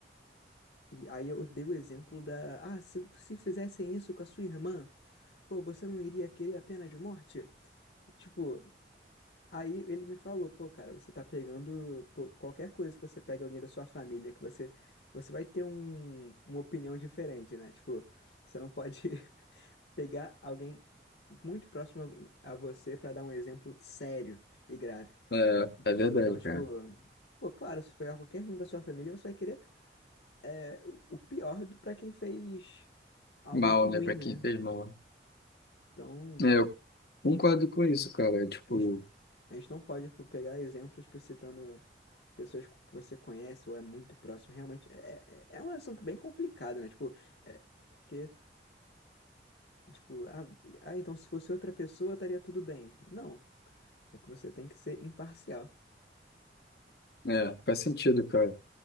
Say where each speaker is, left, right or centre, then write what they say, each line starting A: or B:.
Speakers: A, on the left; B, on the left.
A: E aí eu dei o exemplo da, ah, se, se fizessem isso com a sua irmã, pô, você não iria querer a pena de morte? E, Tipo, aí ele me falou, pô, cara, você tá pegando, pô, qualquer coisa que você pega alguém da sua família, que você, você vai ter um, uma opinião diferente, né? Tipo, você não pode <laughs> pegar alguém muito próximo a a você pra dar um exemplo sério e grave.
B: É, é verdade,
A: Então, tipo,
B: cara.
A: pô, claro, se pegar qualquer um da sua família, você vai querer é, o o pior do- pra quem fez algo
B: Mal,
A: de ruim,
B: né? Para
A: né?
B: quem fez mal.
A: Então,
B: É, eu concordo com isso, cara. Tipo,
A: a gente A gente não pode, tipo, pegar exemplos, tipo, citando pessoas que você conhece ou é muito próximo. Realmente, é, é é um assunto bem complicado, né? Tipo, é, porque, tipo, ah, ah, então se fosse outra pessoa estaria tudo bem. Não, é que você tem que ser imparcial.
B: é, faz sentido, cara.